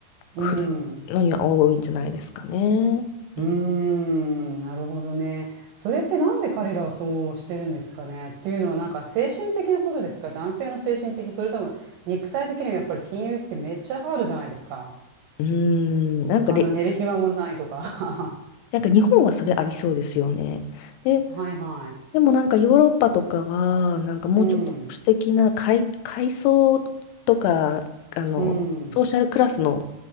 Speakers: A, on the right; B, on the left.
A: うん。
B: 古いのには多いんじゃないですかね。
A: うーん、
B: うん、
A: なるほどね。それってなんで彼らはそうしてるんですかねっていうのはなんか精神的なことですか男性の精神的、それとも肉体的にはやっぱり金融ってめっちゃハードじゃないですか。
B: うんなんかれ、
A: あの寝る暇もないとか。
B: なんか日本はそれありそうですよね。
A: <laughs>
B: で
A: はいはい。
B: でもなんかヨーロッパとかは、なんかもうちょっと保守的な階、
A: うん。
B: 階層とか、あの、
A: うん。
B: ソーシャルクラスの